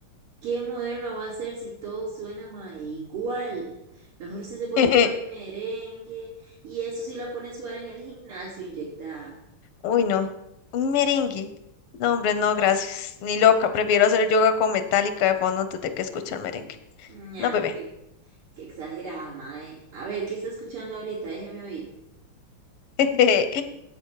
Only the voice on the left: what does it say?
<laughs>
Uy, no. Un merengue. No, hombre, no, gracias. Ni loca. Prefiero hacer yoga con metálica de fondo antes de que escuchar merengue.
No, bebé.
<laughs>